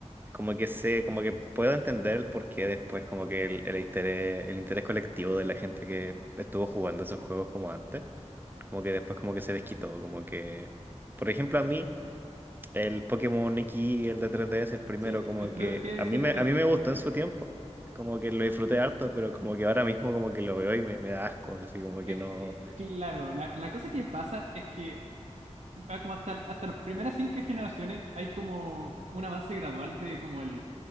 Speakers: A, on the right; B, on the right.
A: Como que sé, como que puedo entender el porqué después, como que el, el interés, el interés colectivo de la gente que estuvo jugando esos juegos como antes, como que después como que se les quitó, como que, por ejemplo, a mí el Pokémon X, el de tres D ds el primero,
B: Sí,
A: como
B: el, 3
A: que
B: el que
A: a
B: es
A: mí
B: el
A: me,
B: 3D.
A: a mí me gustó en su tiempo, como que lo disfruté harto, pero como que ahora mismo como que lo veo y me, me da asco, así como que
B: Es
A: no,
B: que, claro, la, la cosa que pasa es que ah, como hasta, hasta las primeras cinco generaciones hay como un avance gradual de como el